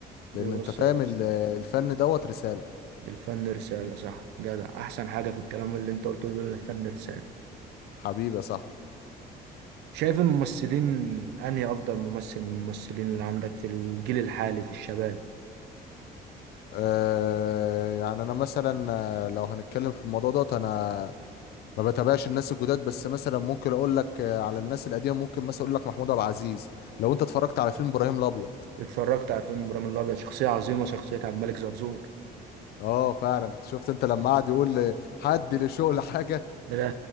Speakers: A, on the left; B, on the right.
A: لان
B: بيوصل
A: انت فاهم
B: بصلة.
A: ال- آه، الفن دوت رساله
B: الفن رسالة صح جدع احسن حاجة في الكلام اللي انت قلته ده إن الفن رسالة
A: حبيبي يا صاحبي
B: شايف الممثلين انهي افضل ممثل من الممثلين اللي عندك في الجيل الحالي في الشباب
A: آه يعني انا مثلا آه، لو هنتكلم في الموضوع دوت انا ما بتابعش الناس الجداد بس مثلا ممكن اقول لك آه، على الناس القديمه ممكن مثلا اقول لك محمود عبد العزيز لو انت اتفرجت على فيلم ابراهيم الابيض
B: اتفرجت على فيلم ابراهيم الابيض شخصية عظيمة شخصية عبد الملك زرزور
A: اه فعلا شفت انت لما قعد يقول ل- حد لشغل حاجه
B: لا